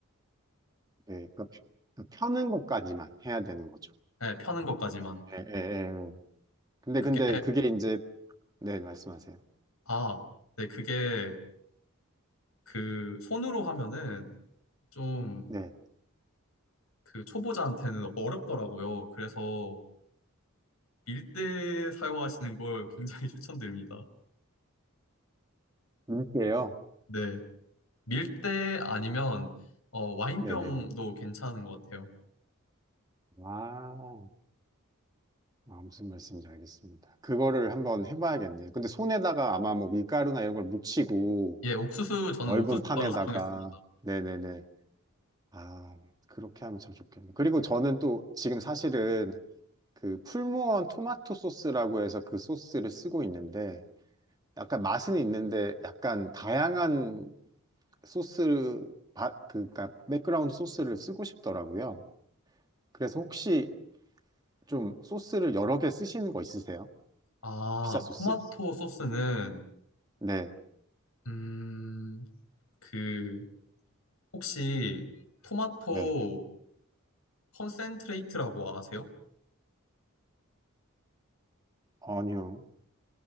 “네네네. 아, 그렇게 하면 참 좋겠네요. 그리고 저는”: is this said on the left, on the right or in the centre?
Right